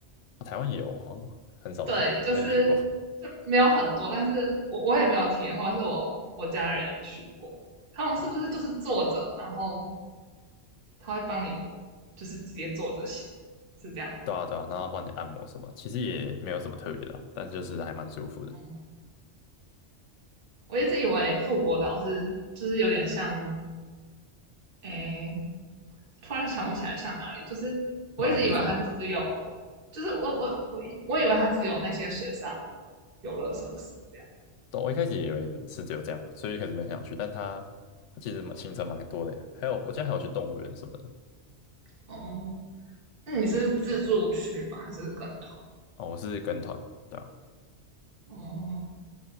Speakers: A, on the left; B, on the right.
A: 台湾也有，好像很少去，
B: 对，就是就没有很多，
A: 没有去过。
B: 但是我我也没有体验过，但是我我家人有去过，他们是不是就是坐着，
A: 嗯，
B: 然后他会帮你就是直接坐着洗，是这样吗
A: 对啊对啊，然后帮你按摩什么，其实也没有什么特别的啊但是就是还蛮舒服的。
B: 嗯，我一直以为富国岛是就是有点像诶突然想不起来像哪里，就是我一直以为它是只有，
A: 马尔地夫嘛，
B: 就是我我我以我以为它只有那些水上游乐设施这样。
A: 对我一开始以为是只有这样，所以一开始没有很想去，但它它其实蛮行程蛮多的耶还有我记得还有去动物园什么的。
B: 哦，那你是自助去吗？还是跟团？
A: 哦，我是跟团，对吧？
B: 哦，